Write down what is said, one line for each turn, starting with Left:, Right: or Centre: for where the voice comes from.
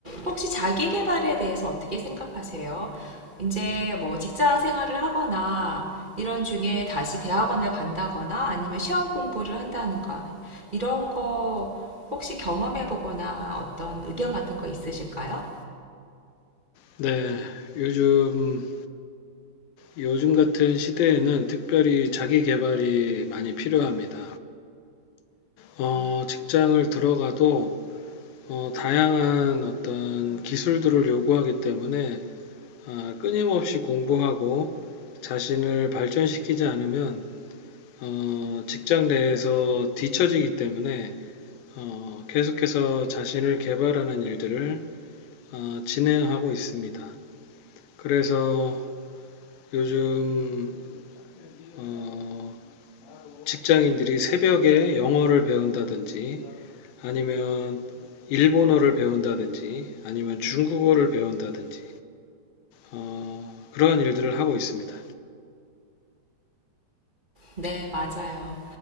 Right: 혹시 자기 개발에 대해서 어떻게 생각하세요? 이제 뭐 직장 생활을 하거나 이런 중에 다시 대학원을 간다거나 아니면 시험 공부를 한다는가 이런 거 혹시 경험해 보거나 어떤 의견 같은 거 있으실까요?
Left: 네, 요즘, 요즘 같은 시대에는 특별히 자기 개발이 많이 필요합니다. 어, 직장을 들어가도 어, 다양한 어떤 기술들을 요구하기 때문에 아, 끊임없이 공부하고 자신을 발전시키지 않으면 어, 직장 내에서 뒤처지기 때문에 어, 계속해서 자신을 개발하는 일들을 어, 진행하고 있습니다. 그래서 요즘 어, 직장인들이 새벽에 영어를 배운다든지 아니면 일본어를 배운다든지 아니면 중국어를 배운다든지 어, 그러한 일들을 하고 있습니다.
Right: 네, 맞아요.